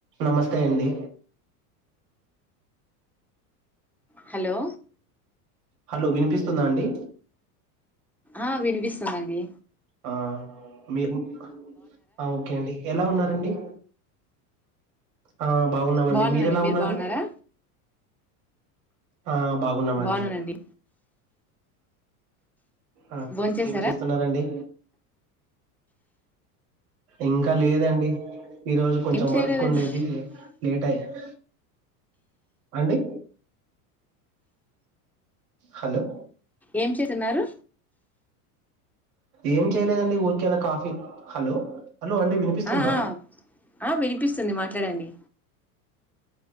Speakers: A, on the right; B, in the centre.
A: నమస్తే అండి
B: hello
A: hello వినిపిస్తుందా అండి
B: ఆ వినిపిస్తుందండి
A: ఆ మీరు ఆ ఓకే అండి ఎలా ఉన్నారు రండి ఆ బాగున్నామండి
B: బాగున్నానండి
A: మీరెలా
B: మీరు
A: ఉన్నారు
B: బాగున్నారా
A: ఆ బాగున్నామండి
B: బాగున్నానండి
A: ఆ
B: భోంచేసారా
A: ఏం చేస్తున్నరండి ఇంకా లేదండి ఈ రోజు కొంచెం
B: ఏం చేయలేదండి
A: వర్క్ ఉండేది లేట్ అయింది అండి హలో
B: ఏం చేస్తున్నారు
A: ఏం చేయలేదండి ఊరికేల కాఫీ హలో హలో అండి వినిపిస్తుందా
B: ఆ ఆ వినిపిస్తుంది మాట్లాడండి